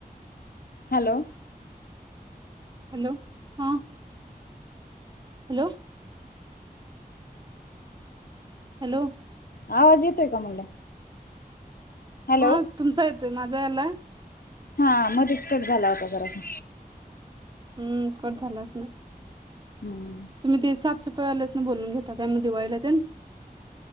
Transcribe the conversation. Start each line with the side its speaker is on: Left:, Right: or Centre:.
Left: हॅलो,
Right: हॅलो, हा हॅलो, हॅलो
Left: आवाज येतोय का म्हणलं? हॅलो,
Right: हा तुमचा येतोय, माझा आला?
Left: हा, मध्येच कट झाला होता, जरासा.
Right: ह्म्म, कट झाला असणार.
Left: हम्
Right: तुम्ही ते साफसफ वाल्यासं नी बोलून घेता काय मग दिवाळीला त्या?